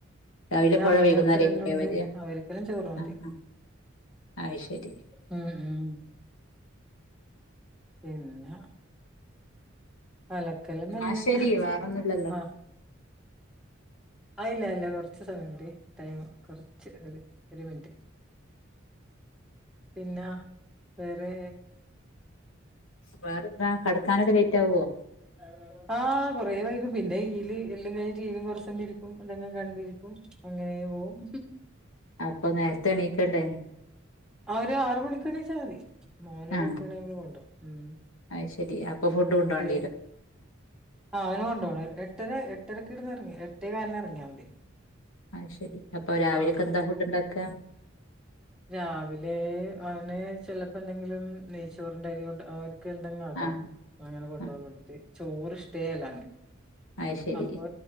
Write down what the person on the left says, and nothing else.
രാവിലെപോയാ
വൈകുന്നരേം
ആ യ്ക്കും ല്ലേ
വര
ആഹ് ആഹ് അയ് ശരി
ആ ശരി വേറൊന്നുമില്ലല്ലോ
വേറെന്താ കെടക്കാനൊക്കെ ലേറ്റ് ആവോ
അപ്പം നേരത്തേ എണീക്കണ്ടേ
ആ
അത് ശരി അപ്പൊ ഫുഡ്
കൊണ്ടോണ്ടി വരും
അയ് ശരി അപ്പൊ രാവിലെയൊക്കെ
എന്താ ഫുട്ട് ഇണ്ടാക്ക
ആ
ആ
അത് ശരി